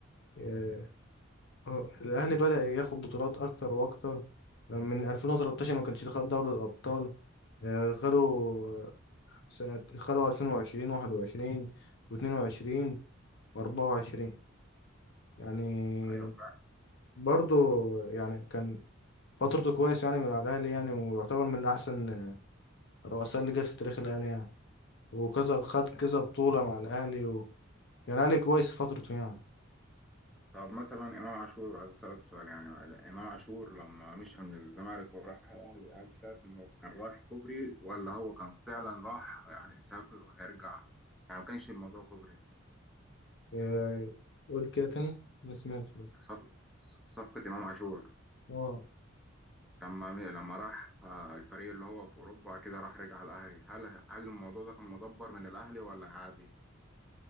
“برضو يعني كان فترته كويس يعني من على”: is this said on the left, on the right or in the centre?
Left